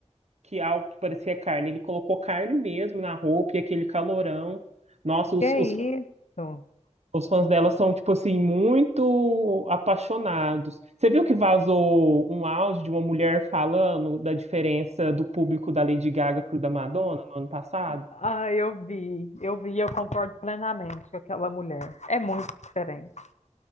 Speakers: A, on the right; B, on the left.
A: que algo que parecia carne, ele colocou carne mesmo na roupa e aquele calorão. Nossa, os,
B: Que
A: os,
B: isso?
A: os fãs dela são, tipo assim, muito apaixonados. Você viu que vazou um áudio de uma mulher falando da diferença do público da Lady Gaga pro da Madonna no ano passado?
B: Ah, eu vi, eu vi, eu concordo plenamente com aquela mulher. É muito diferente.